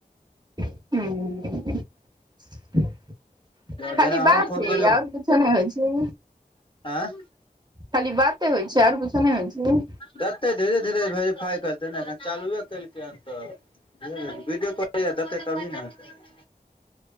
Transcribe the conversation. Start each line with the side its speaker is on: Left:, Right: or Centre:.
Right: <unintelligible> <inaudible> खाली
Left: जेना हम
Right: बाते
Left: फोन केलियौ
Right: और कुछो नै होइ छै <inaudible>
Left: आँ
Right: खाली बाते होइ छै और कुछो नै होइ छै
Left: देतै धीरे धीरे भेरीफाइ करतै न एखन चालुए केलकै हन तऽ <unintelligible> तभी ने हेतै